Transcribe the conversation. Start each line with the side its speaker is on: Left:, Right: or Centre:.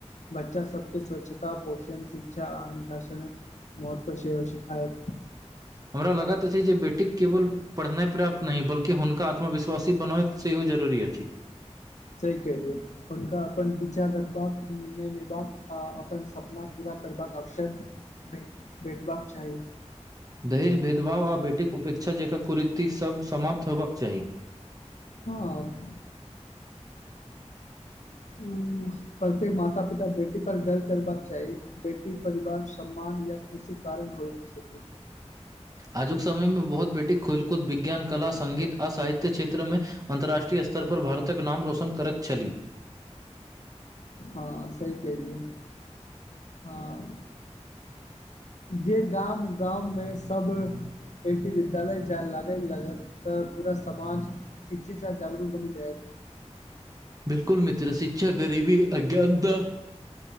Left: बच्चा सबके स्वच्छता पोषण शिक्षा अनुशासन महत्व से शिखायत
Right: हमरा लागैत अछि जे बेटी केबल पढ़नाइ पर्याप्त नहि बल्कि हुनका आत्मविश्वासी बनै से जरुरी अछि
Left: सही केहलु हुनका अपन विचार रखबाक निर्णय लेबाक आ अपन सपना पूरा करबाक अवसर भ भेटबाक चाही
Right: दहेज भेदभाव आ बेटीक उपेक्षा जकर कुरीतिसभ समाप्त होयबाक चाही
Left: हँ ह प्रत्येक माता पिता बेटी पर गर्व करबाक चाही बेटी परिवार सम्मान या खुशी कारण होइत छथि
Right: आजुक समय मे बहुत बेटी खेलकूद विज्ञान कला संगीत आ साहित्य क्षेत्रमे अन्तर्राष्ट्रीय स्तर पर भारतक नाम रोशन करैत छली
Left: हँ सही कहलि ह जे गाम गाँवमे सब बेटी विद्यालय जाय लागे लागैत तऽ पूरा समाज शिक्षित साथ जागरूक बनि जाय
Right: बिलकुल मित्र शिक्षा गरीबी अज्ञानता